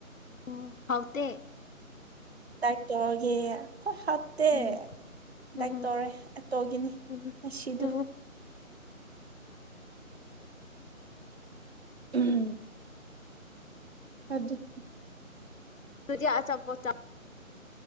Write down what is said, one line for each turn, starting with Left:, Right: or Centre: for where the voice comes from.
Left: ꯎꯝ ꯍꯥꯎꯇꯦ
Right: ꯇꯥꯏ <unintelligible> ꯇ ꯍꯒꯦ ꯍꯣꯏ ꯍꯥꯎꯇꯦ
Left: ꯎꯝ ꯎꯝ
Right: ꯗꯥꯏ ꯇꯧꯔꯦ ꯇꯧꯒꯤꯅꯤ
Left: ꯎꯝ
Right: ꯉꯁꯤꯗꯨ
Left: ꯎꯝ
Right: ꯎꯝ ꯑꯗꯨꯗ
Left: ꯑꯗꯨꯗꯤ ꯑꯆꯥ ꯄꯣ